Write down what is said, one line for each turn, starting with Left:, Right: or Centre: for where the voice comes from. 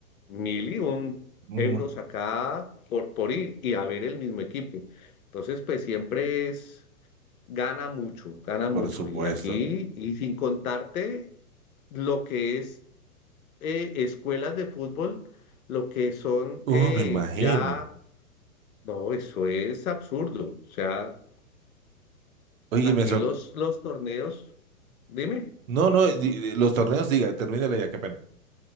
Left: mil y un
Right: ujú,
Left: euros acá por, por ir y a ver el mismo equipo. Entonces, pues siempre es gana mucho, gana
Right: Por
Left: mucho.
Right: supuesto.
Left: Y aquí, y sin contarte lo que es eh, escuelas de fútbol, lo que son
Right: Uh,
Left: eh,
Right: me imagino.
Left: ya, no, eso es absurdo. O sea,
Right: Oye,
Left: aquí
Right: me sor...
Left: los, los torneos, dime.
Right: No, no, di- di- los torneos, diga, termínale ya, qué pena.